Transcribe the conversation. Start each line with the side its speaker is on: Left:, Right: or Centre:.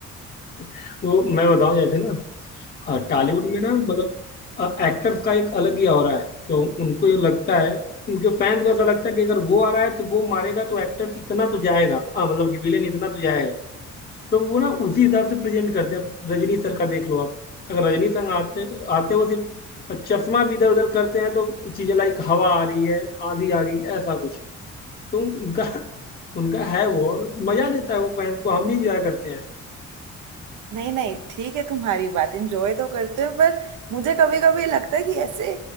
Left: <laughs> वो मैं बताऊं जैसे ना टॉलीवुड में ना मतलब एक्टर्स का एक अलग ही हो रहा है तो उनको ये लगता है उनके फैंस को ऐसा लगता है कि अगर वो आ रहा है तो वो मारेगा तो एक्टर इतना तो जाएगा अ, मतलब कि विलेन इतना तो जाएगा तो वो ना उसी हिसाब से प्रेजेंट करते हैं रजनी सर का देख लो आप अगर रजनी सर आते आते वो सिर्फ चश्मा भी इधर उधर करते हैं तो चीजें लाइक हवा आ रही है आंधी आ गई ऐसा कुछ तो उनका उनका है वो और मजा देता है वो फैंस को हम भी इंजॉय करते हैं
Right: नहीं नहीं ठीक है तुम्हारी बात एंजॉय तो करते हो पर मुझे कभी कभी लगता है कि ऐसे